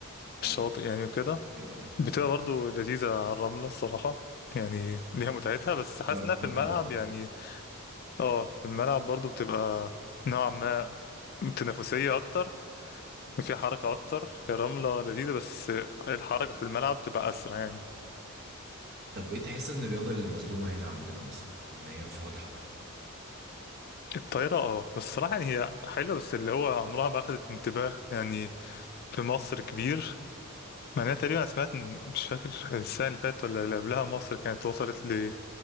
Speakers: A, on the right; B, on the left.
A: ايوه
B: الشاطئ يعني وكده
A: ايوه ايوه
B: بتبقى برضه لذيذة على الرملة الصراحة يعني ليها متعتها بس حاسس
A: تعرف
B: انها
A: تنط
B: في الملعب
A: براحتك
B: يعني اه في الملعب برضه بتبقى نوعا ما تنافسية أكتر وفيها حركة أكتر هي الرملة لذيذة بس الحركة في الملعب بتبقى أسرع يعني
A: طب ايه تحس ان الرياضه اللي مظلومه هنا عندنا مثلا ان هي مش واخده حقها
B: الطايرة اه بس الصراحة يعني هي حلوة بس اللي هو عمرها ما أخدت انتباه يعني في مصر كبير مع انها تقريبا أنا سمعت إن- مش فاكر السنة اللي فاتت ولا اللي قبلها مصر كانت وصلت ل